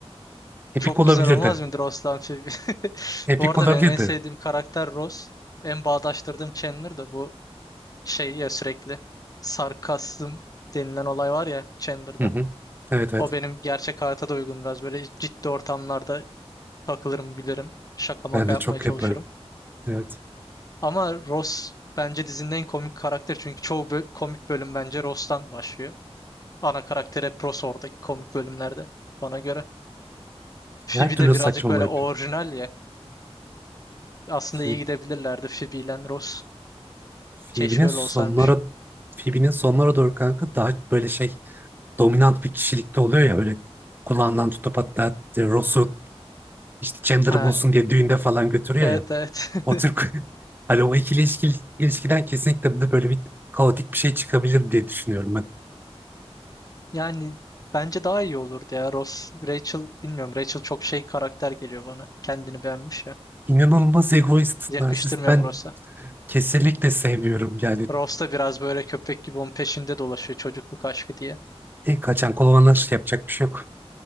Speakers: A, on the right; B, on the left.
A: Epik
B: Çok
A: olabilirdi.
B: güzel olmaz mıdır Roslan filmi? <laughs>
A: Epik
B: Bu arada
A: olabilirdi.
B: benim en sevdiğim karakter Ross. En bağdaştırdığım Chandler da bu şey ya sürekli sarkasm denilen olay var ya Chandler'da.
A: Hı hı. Evet evet.
B: O benim gerçek hayata da uygun biraz böyle ciddi ortamlarda takılırım gülerim. Şaka maka
A: Ben de
B: yapmaya
A: çok
B: çalışırım.
A: yaparım. Evet.
B: Ama Ross bence dizinin en komik karakter çünkü çoğu bö- komik bölüm bence Ross'tan başlıyor. Ana karakter hep Ross oradaki komik bölümlerde bana göre. Phoebe
A: Her türlü
B: de birazcık
A: saçmalığı
B: böyle
A: yapıyorum.
B: orijinal ya. Aslında
A: Phoebe-
B: iyi gidebilirlerdi Phoebe ile Ross.
A: Phoebe'nin
B: Keşke
A: sonlara
B: öyle olsaymış.
A: Phoebe'nin sonlara doğru kanka daha böyle şey dominant bir kişilikte oluyor ya öyle kulağından tutup hatta Ross'u işte Chandler'ı
B: Ha,
A: bulsun diye düğünde falan götürüyor
B: evet
A: ya.
B: evet.
A: O
B: <laughs>
A: Türk <laughs> hani o ikili ilişki, ilişkiden kesinlikle de böyle bir kaotik bir şey çıkabilir diye düşünüyorum ben.
B: Yani bence daha iyi olurdu ya. Ross, Rachel bilmiyorum. Rachel çok şey karakter geliyor bana. Kendini beğenmiş ya.
A: İnanılmaz egoist,
B: Yakıştırmıyorum
A: narsist ben
B: Ross'a.
A: kesinlikle sevmiyorum. Yani
B: Ross da biraz böyle köpek gibi onun peşinde dolaşıyor çocukluk aşkı diye.
A: e, kaçan kolonlar yapacak bir şey yok.